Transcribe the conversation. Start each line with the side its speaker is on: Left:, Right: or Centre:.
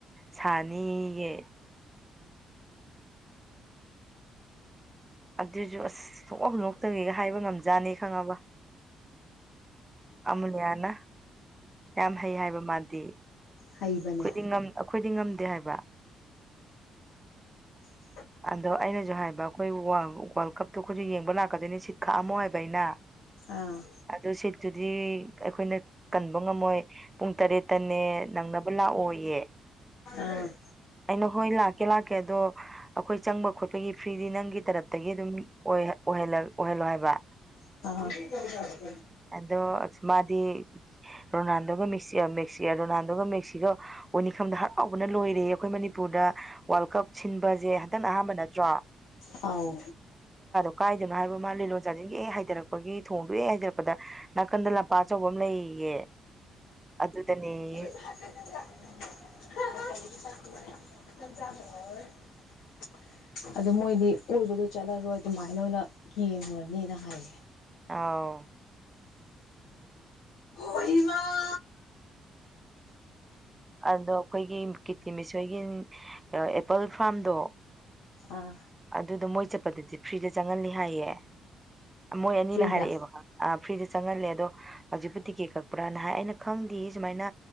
Right: ꯁꯥꯅꯤꯌꯦ ꯑꯗꯨꯁꯨ ꯑꯁ ꯁꯨꯛꯅꯣꯛ ꯅꯣꯛꯇꯕꯤꯒ ꯍꯥꯏꯕ ꯉꯝꯖꯥꯠꯅꯤ ꯈꯪꯉꯕ ꯑꯃꯨꯂꯤꯌꯥꯅ ꯌꯥꯝ ꯍꯩ ꯍꯥꯏꯕ ꯃꯥꯗꯤ
Left: ꯍꯩꯕꯅꯦ
Right: ꯑꯩꯈꯣꯏꯗꯤ ꯉꯝ ꯑꯩꯈꯣꯏꯗꯤ ꯉꯝꯗꯦ ꯍꯥꯏꯕ
Left: ꯎꯝ <unintelligible>
Right: ꯑꯗꯣ ꯑꯩꯅꯁꯨ ꯍꯥꯏꯕ ꯑꯩꯈꯣꯏ ꯋꯥꯜ ꯋꯥꯜꯀꯞꯇꯣ ꯑꯩꯈꯣꯏꯁꯨ ꯌꯦꯡꯕ ꯂꯥꯛꯀꯗꯣꯏꯅꯤ ꯁꯤꯠ ꯈꯥꯛꯑꯝꯃꯣ ꯍꯥꯏꯕ ꯑꯩꯅ
Left: ꯑꯥ
Right: ꯑꯗꯨ ꯁꯤꯠꯇꯨꯗꯤ ꯑꯩꯈꯣꯏꯅ ꯀꯟꯕ ꯉꯝꯃꯣꯏ ꯄꯨꯡ ꯇꯔꯦꯠꯇꯅꯦ ꯅꯪꯅꯕ ꯂꯥꯛꯑꯣꯌꯦ
Left: ꯎꯝ
Right: ꯑꯩꯅ ꯍꯣꯏ ꯂꯥꯛꯀꯦ ꯂꯥꯛꯀꯦ ꯑꯗꯣ ꯑꯩꯈꯣꯏ ꯆꯪꯕ ꯈꯣꯠꯄꯒꯤ ꯐ꯭ꯔꯤꯗꯤ ꯅꯪꯒꯤ ꯇꯔꯞ ꯇꯒꯤ ꯑꯗꯨꯝ ꯑꯣꯏ ꯑꯣꯏꯍꯜꯂ ꯑꫭꯏꯍꯜꯂꫭ ꯍꯥꯏꯕ
Left: ꯑꯥ <unintelligible>
Right: ꯑꯗꯣ ꯃꯥꯗꯤ ꯔꯣꯅꯥꯜꯗꯣꯒ ꯃꯦꯁꯤ ꯃꯁꯤꯑ ꯔꯣꯅꯥꯜꯗꯣꯒ ꯃꯦꯁꯤꯗꫭ ꯎꯅꯤ ꯈꯟꯕꯗ ꯍꯔꯥꯎꯕꯅ ꯂꯣꯏꯔꯦꯌꯦ ꯑꯩꯈꯣꯏ ꯃꯅꯤꯄꯨꯔꯗ ꯋꯥꯔꯜ ꯀꯞ ꯁꯤꯟꯕꯖꯦ ꯍꯟꯗꯛꯅ ꯑꯍꯥꯟꯕ ꯅꯠꯇ꯭ꯔꯣ
Left: ꯑꯥꯎ
Right: ꯀꯥꯏꯗꯅ ꯍꯥꯏꯕ ꯃꯥ ꯂꯤꯂꯣꯡ ꯆꯥꯖꯤꯡꯒꯤ ꯑꯦ ꯍꯩꯗꯔꯛꯄꯒꯤ ꯊꯣꯡꯗꯣ ꯍꯦꯛ ꯍꯥꯏꯗ ꯄꯗ ꯅꯥꯀꯟꯗ ꯂꯝꯄꯥꯛ ꯑꯆꯧꯕ ꯑꯃ ꯂꯩꯌꯦꯌꯦ ꯑꯗꯨꯗꯅꯦꯌꯦ
Left: ꯖꯣꯏ <unintelligible> ꯑꯗꯨ ꯃꯣꯏꯗꯤ ꯀꯣꯏꯕꯗꯨ ꯆꯠꯂꯔꯣꯏ ꯑꯗꯨꯃꯥꯏꯅ ꯑꯣꯏꯅ ꯌꯦꯡꯉꯨꯔꯅꯤ ꯍꯥꯏꯌꯦ
Right: ꯑꯥꯎ
Left: ꯍꫭ ꯏꯃꯥ
Right: ꯑꯗꯣ ꯑꯩꯈꯣꯏꯒꯤ ꯀꯤꯇꯤꯃꯤꯁꯣꯏꯒꯤ ꯑꯦꯄꯜ ꯐꯥꯝꯗꯣ
Left: ꯑꯥ
Right: ꯑꯗꯨꯗꯣ ꯃꯣꯏ ꯆꯠꯄꯗꯗꯤ ꯐ꯭ꯔꯤꯗ ꯆꯪꯍꯜꯂꯤ ꯍꯥꯏꯌꯦ ꯃꯣꯏ ꯑꯅꯤꯅ
Left: ꯐ꯭ꯔꯤꯗ
Right: ꯍꯥꯏꯔꯛꯑꯦꯕ ꯑ ꯐ꯭ꯔꯤꯗ ꯆꯪꯍꯜꯂꯦ ꯑꯗꯣ ꯍꯧꯖꯤꯛꯄꯨ ꯇꯤꯛꯀꯦꯠ ꯀꯛꯄ꯭ꯔꯥꯅ ꯍꯥꯏ ꯑꯩꯅ ꯈꯪꯗꯦ ꯁꯨꯃꯥꯏꯅ